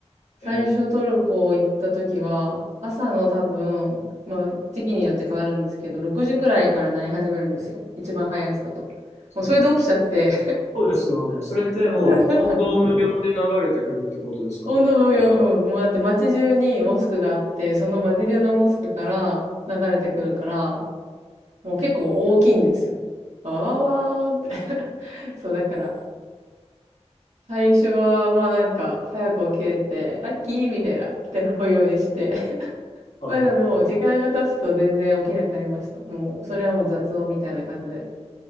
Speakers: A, on the right; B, on the left.
A: 最初トルコ行った時は、
B: えー
A: 朝の多分、まあ、時期によって変わるんですけど、6時くらいから鳴り始めるんですよ。一番早いですこと。
B: すごい
A: もうそれで起きちゃって
B: そうですよね。それってもう、
A: <laughs>
B: ワンドーム用で流れてくるってことですか
A: 本当もよ、うん。もうだって街中にモスクがあって、その街中のモスクから流れてくるから、もう結構大きいんですよ。わわわーって <laughs> そう、だから、最初は、まあなんか、早く起きれて、ラッキーみたいな、って思うようにして。<laughs>
B: はい
A: まあでも、時間が経つと全然起きなくなりました。もう、それはもう雑音みたいな感じで。